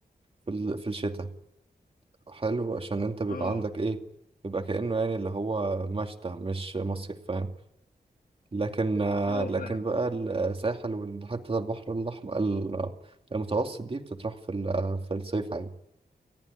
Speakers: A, on the right (about 35°); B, on the left (about 65°).
A: في ال... في الشتاء حلو عشان انت بيبقى
B: اه
A: عندك ايه بيبقى كأنه يعني اللي هو مشتى مش مصيف فاهم لكن آه،
B: اه
A: لكن
B: فاهم
A: بقى الساحل وحتى البحر الأحمر ال- المتوسط دي بتطرح في ال- في الصيف عادي